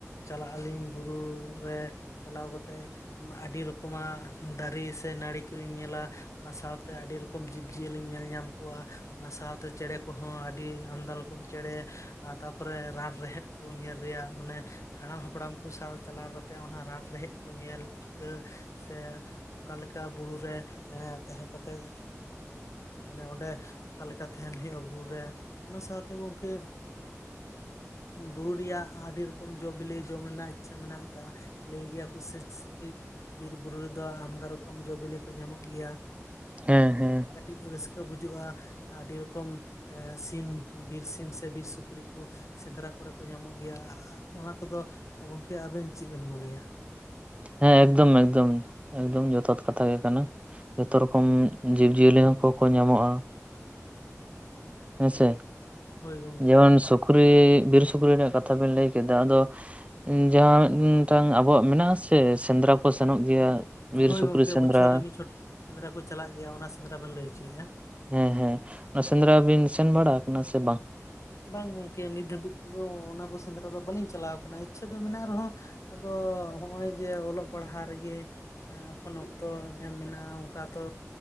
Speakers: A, on the left; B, on the right.
A: ᱪᱟᱞᱟᱜ ᱟᱹᱞᱤᱧ ᱵᱩᱨᱩ ᱨᱮᱻ ᱪᱟᱞᱟᱣ ᱠᱟᱛᱮᱜ ᱟᱹᱰᱤ ᱨᱚᱠᱚᱢᱟᱜ ᱫᱟᱨᱮ ᱥᱮ ᱱᱟᱹᱲᱤ ᱠᱚᱧ ᱧᱮᱞᱟ ᱚᱱᱟ ᱥᱟᱶᱛᱮ ᱟᱹᱰᱤ ᱨᱚᱠᱚᱢ ᱨᱚᱠᱚᱢ ᱡᱤᱵᱼᱡᱤᱭᱟᱹᱞᱤᱧ ᱧᱮᱞ ᱧᱟᱢ ᱠᱚᱣᱟ ᱚᱱᱟ ᱥᱟᱶᱛᱮ ᱪᱮᱬᱮ ᱠᱚᱸᱦᱚᱸ ᱟᱹᱰᱤ ᱟᱢᱫᱟ ᱨᱚᱠᱚᱢ ᱪᱮᱬᱮ ᱟᱨ ᱛᱟᱨᱯᱚᱨᱮ ᱨᱟᱱ ᱨᱮᱦᱮᱫ ᱠᱚ ᱧᱮᱞ ᱨᱮᱭᱟᱜ ᱢᱟᱱᱮᱻ ᱦᱟᱲᱟᱢ ᱦᱟᱯᱲᱟᱢ ᱠᱚ ᱥᱟᱶ ᱪᱟᱞᱟᱣ ᱠᱟᱛᱮᱫ ᱚᱱᱟ ᱨᱟᱱ ᱨᱮᱦᱮᱫ ᱠᱚ ᱧᱮᱞ ᱴᱷᱤᱠᱟᱹ ᱥᱮ ᱚᱠᱟᱞᱮᱠᱟ ᱵᱩᱨᱩ ᱨᱮ ᱮᱻ ᱛᱟᱦᱮᱸ ᱠᱟᱛᱮᱜ
B: <inaudible>
A: ᱢᱟᱱᱮ ᱚᱸᱰᱮ ᱚᱠᱟᱞᱮᱠᱟ ᱛᱟᱦᱮᱱ ᱦᱩᱭᱩᱜᱼᱟ ᱵᱩᱨᱩ ᱨᱮ, ᱚᱱᱟ ᱥᱟᱶᱛᱮ ᱜᱚᱢᱠᱮ ᱵᱩᱨᱩ ᱨᱮᱭᱟᱜ ᱟᱹᱰᱤ ᱨᱚᱠᱚᱢ ᱡᱚᱼ ᱵᱤᱞᱤ ᱡᱚᱢ ᱨᱮᱱᱟᱜ ᱤᱪ ᱪᱷᱟᱹ ᱢᱮᱱᱟᱜ ᱟᱠᱟᱜᱼᱟ ᱞᱟᱹᱭ ᱜᱮᱭᱟ ᱠᱚ ᱥᱮ ᱥᱮᱠᱮᱡ ᱵᱤᱨ ᱵᱩᱨᱩ ᱨᱮᱫᱚ ᱟᱢᱫᱟ ᱨᱚᱠᱚᱢ ᱡᱚ- ᱵᱤᱞᱮ ᱠᱚ ᱧᱟᱢᱚᱜ ᱜᱮᱭᱟ
B: ᱦᱮᱸ ᱦᱮᱸ
A: ᱟᱨᱻᱠᱟᱹᱴᱤᱡ ᱨᱟᱹᱥᱠᱟᱹ ᱵᱩᱡᱟᱣᱜᱼᱟ ᱟᱹᱰᱤ ᱨᱚᱠᱚᱢ ᱮ ᱥᱤᱢ ᱵᱤᱨ ᱥᱤᱢ ᱥᱮ ᱵᱤᱨ ᱥᱩᱠᱨᱤ ᱠᱚ ᱥᱮᱸᱫᱽᱨᱟ ᱠᱚᱨᱮ ᱠᱚ ᱧᱟᱢᱚᱜ ᱜᱮᱭᱟ ᱚᱱᱟ ᱠᱚᱫᱚ ᱜᱚᱢᱠᱮ ᱟᱵᱤᱱ ᱪᱮᱫ ᱵᱤᱱ ᱢᱚᱱᱮᱭᱟ
B: ᱦᱮᱸ ᱮᱠᱫᱚᱢ, ᱮᱠᱫᱚᱢ, ᱮᱠᱫᱚᱢ ᱡᱚᱛᱷᱟᱛ ᱠᱟᱛᱷᱟ ᱜᱮ ᱠᱟᱱᱟ ᱡᱚᱛᱚ ᱨᱚᱠᱚᱢ ᱡᱤᱵᱽ ᱡᱤᱭᱟᱹᱞᱤ ᱦᱚᱸᱠᱚ ᱠᱚ ᱧᱟᱢᱚᱜᱼᱟ᱾ ᱦᱮᱸᱥᱮ
A: ᱦᱳᱭ ᱜᱚᱝᱠᱮ
B: ᱡᱮᱢᱚᱱ ᱥᱩᱠᱨᱤᱻ ᱵᱤᱨ ᱥᱩᱠᱨᱤ ᱨᱮᱱᱟᱜ ᱠᱟᱛᱷᱟ ᱵᱤᱱ ᱞᱟᱹᱭ ᱠᱮᱫᱟ ᱟᱫᱚ ᱡᱟᱦᱟᱸ ᱢᱤᱫᱴᱟᱝ ᱟᱵᱚᱣᱟᱜ ᱢᱮᱱᱟᱜᱼᱟᱥᱮ ᱥᱮᱸᱫᱽᱨᱟ ᱠᱚ ᱥᱮᱱᱚᱜ ᱜᱮᱭᱟ ᱵᱤᱨ
A: ᱦᱳᱭ
B: ᱥᱩᱠᱨᱤ
A: ᱜᱚᱝᱠᱮ
B: ᱥᱮᱸᱫᱽᱨᱟ
A: ᱵᱚᱪᱷᱚᱨ ᱨᱮ ᱢᱤᱫ ᱪᱷᱚᱴ ᱥᱮᱸᱫᱽᱨᱟ ᱠᱚ ᱪᱟᱞᱟᱜ ᱜᱮᱭᱟ ᱚᱱᱟ ᱥᱮᱸᱫᱽᱨᱟ ᱵᱤᱱ ᱞᱟᱹᱭ ᱦᱚᱪᱚᱭᱮᱫᱼᱟ
B: ᱦᱮᱸ ᱦᱮᱸ ᱚᱱᱟ ᱥᱮᱸᱫᱽᱨᱟ ᱵᱤᱱ ᱥᱮᱱ ᱵᱟᱲᱟ ᱟᱠᱟᱱᱟ ᱥᱮ ᱵᱟᱝ
A: ᱵᱟᱝ ᱜᱚᱝᱠᱮ ᱱᱤᱛ ᱫᱷᱟᱹᱵᱤᱡ ᱛᱮᱫᱚ ᱚᱱᱟ ᱠᱚ ᱥᱮᱸᱫᱽᱨᱟ ᱫᱚ ᱵᱟᱹᱞᱤᱧ ᱪᱟᱞᱟᱣ ᱟᱠᱟᱱᱟ ᱤᱪ ᱪᱷᱟ ᱢᱮᱱᱟᱜ ᱨᱮᱦᱚᱸ ᱟᱫᱚ ᱱᱚᱸᱜᱼᱚᱭ ᱡᱮ ᱚᱞᱚᱜ ᱯᱟᱲᱦᱟᱣ ᱨᱮᱜᱮ ᱮᱠᱷᱚᱱ ᱚᱠᱛᱚ ᱮᱢ ᱢᱮᱱᱟᱜᱼᱟ ᱚᱱᱠᱟ ᱛᱚ